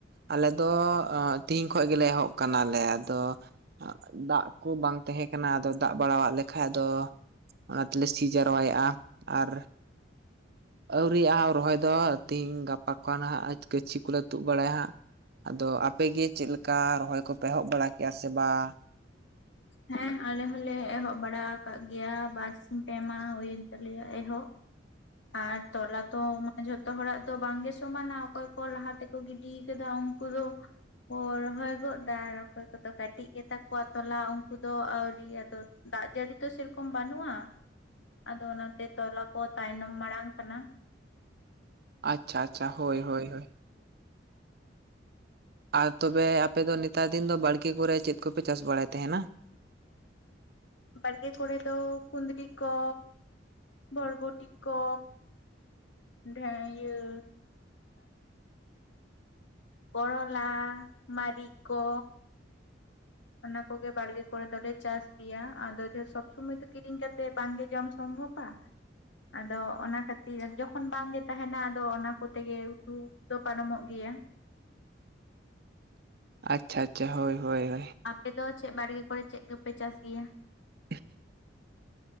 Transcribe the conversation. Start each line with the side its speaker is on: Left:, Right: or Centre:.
Right: ᱟᱞᱮ ᱫᱚ ᱛᱤᱦᱤᱧ ᱠᱷᱚᱱ ᱜᱮᱞᱮ ᱮᱦᱚᱵ ᱠᱟᱱᱟᱞᱮ ᱟᱫᱚᱼᱼ ᱫᱟᱜ ᱠᱩ ᱵᱟᱝ ᱛᱟᱦᱮᱸ ᱠᱟᱱᱟ ᱟᱫᱚ ᱫᱟᱜ ᱵᱟᱲᱟᱜ ᱞᱮᱠᱷᱟᱡ ᱫᱚᱼᱼ ᱚᱱᱟ ᱛᱮᱞᱮ ᱥᱤ ᱡᱟᱣᱨᱟᱭᱮᱫᱼᱟ ᱟᱨᱼᱼ ᱟᱹᱣᱨᱤᱭᱟᱜ-ᱟ ᱨᱚᱦᱚᱭ ᱫᱚ ᱛᱤᱦᱤᱧ ᱜᱟᱯᱟ ᱠᱷᱚᱱ ᱦᱟᱸᱜ ᱜᱟᱹᱪᱷᱤ ᱠᱚᱞᱮ ᱛᱩᱫ ᱵᱟᱲᱟᱭᱟ ᱦᱟᱸᱜ᱾ ᱟᱫᱚ ᱟᱯᱮᱜ ᱜᱮ ᱪᱮᱫ ᱞᱮᱠᱟ ᱨᱚᱦᱚᱭ ᱠᱚᱯᱮ ᱮᱦᱚᱵ ᱵᱟᱲᱟ ᱠᱮᱼᱟ ᱥᱮ ᱵᱟᱝ?
Left: ᱦᱮᱸ ᱟᱞᱮ ᱦᱚᱞᱮ ᱮᱦᱚᱵ ᱵᱟᱲᱟ ᱟᱠᱟᱫ ᱜᱮᱭᱟ ᱵᱟᱨᱥᱤᱧ ᱯᱮᱢᱟ ᱦᱩᱭᱮᱱ ᱛᱟᱞᱮᱭᱟ ᱮᱦᱚᱵ᱾ ᱟᱨ ᱛᱚᱞᱟ ᱛᱚᱼᱼ ᱡᱷᱚᱛᱚ ᱦᱚᱲᱟᱜ ᱫᱚ ᱵᱟᱝᱜᱮ ᱥᱚᱢᱟᱱᱟ ᱚᱠᱚᱭ ᱠᱚ ᱞᱟᱦᱟ ᱛᱮᱠᱚ ᱜᱤᱰᱤ ᱠᱟᱫᱟ ᱩᱱᱠᱩ ᱫᱚ, ᱠᱚ ᱨᱚᱦᱚᱭ ᱜᱚᱫ ᱫᱟ ᱚᱠᱚᱭ ᱠᱚᱫᱚ ᱠᱟᱹᱴᱤᱡ ᱜᱮᱛᱟ ᱠᱚᱣᱟ ᱛᱚᱞᱟ ᱩᱱᱠᱩ ᱫᱚ ᱟᱣᱨᱤ ᱟᱫᱚᱼᱼ ᱫᱟᱜ ᱡᱟᱹᱲᱤ ᱛᱚ ᱥᱮᱨᱚᱠᱚᱢ ᱵᱟᱹᱱᱩᱜᱼᱟ ᱟᱫᱚ ᱚᱱᱟᱛᱮ ᱛᱚᱞᱟ ᱠᱚ ᱛᱟᱭᱱᱚᱢ, ᱢᱟᱲᱟᱝ ᱠᱟᱱᱟ᱾
Right: ᱟᱪᱪᱷᱟ ᱟᱪᱪᱷᱟ ᱦᱳᱭ ᱦᱳᱭ ᱦᱳᱭ ᱾ ᱟᱨ ᱛᱚᱵᱮ ᱟᱯᱮ ᱫᱚ ᱱᱮᱛᱟᱨ ᱫᱤᱱ ᱫᱚ ᱵᱟᱲᱠᱮ ᱠᱚᱨᱮ ᱪᱮᱫ ᱠᱚᱯᱮ ᱪᱟᱥ ᱵᱟᱲᱟᱭ ᱛᱟᱦᱮᱱᱟ?
Left: ᱵᱟᱲᱜᱮ ᱠᱚᱨᱮ ᱫᱚ ᱠᱩᱸᱫᱽᱨᱤ ᱠᱚ ᱵᱚᱨᱵᱚᱴᱤ ᱠᱚ, ᱰᱷᱮ ᱤᱭᱟᱹᱼᱼ ᱠᱚᱨᱚᱞᱟ ᱢᱟᱹᱨᱤᱪ ᱠᱚ, ᱚᱱᱟ ᱠᱚᱜᱮ ᱵᱟᱲᱜᱮ ᱠᱚᱨᱮ ᱫᱚᱞᱮ ᱪᱟᱥ ᱜᱮᱭᱟ ᱟᱫᱚ ᱥᱚᱵᱽ ᱥᱩᱢᱚᱭ ᱫᱚ ᱠᱤᱨᱤᱧ ᱠᱟᱛᱮ ᱵᱟᱝᱜᱮ ᱡᱚᱢ ᱥᱚᱢᱵᱷᱚᱵ᱾ ᱟ᱾ ᱟᱫᱚ ᱚᱱᱟ ᱠᱷᱟᱹᱛᱤᱨ ᱡᱚᱠᱷᱚᱱ ᱵᱟᱝᱜᱮ ᱛᱟᱦᱮᱱᱟ ᱟᱫᱚ ᱚᱱᱟ ᱠᱚᱛᱮᱜᱮ ᱩᱛᱩ ᱫᱚ ᱯᱟᱨᱚᱢᱚᱜ ᱜᱮᱭᱟ
Right: ᱟᱪᱪᱷᱟ ᱟᱪᱪᱷᱟ ᱦᱳᱭ ᱦᱳᱭ ᱦᱳᱭ
Left: ᱟᱯᱮᱫ ᱫᱚ ᱪᱮᱫ ᱵᱟᱲᱜᱮ ᱠᱚᱨᱮ ᱪᱮᱫ ᱠᱚᱯᱮ ᱪᱟᱥ ᱜᱮᱭᱟ?
Right: <unintelligible>